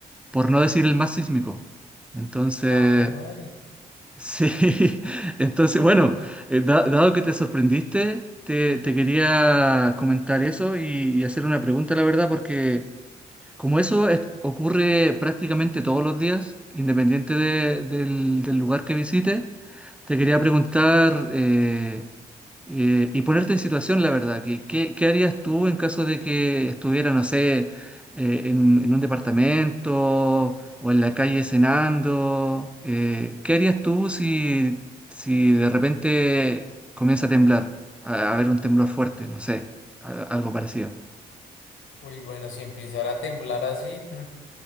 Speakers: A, in the centre; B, on the left.
A: por no decir el más sísmico. Entonces,
B: Ah, mi madre.
A: sí, <laughs> entonces, bueno, eh, da- dado que te sorprendiste, te, te quería comentar eso y, y hacer una pregunta, la verdad, porque como eso es- ocurre prácticamente todos los días, independiente de- del, del lugar que visites, te quería preguntar... eh, eh, y ponerte en situación, la verdad, que qué, qué harías tú en caso de que estuviera, no sé, eh, en, en un departamento o en la calle cenando? Eh, ¿qué harías tú si, si de repente comienza a temblar, a, a haber un temblor fuerte, no sé, a- algo parecido?
B: Uy, bueno, si empezara a temblar así, mm,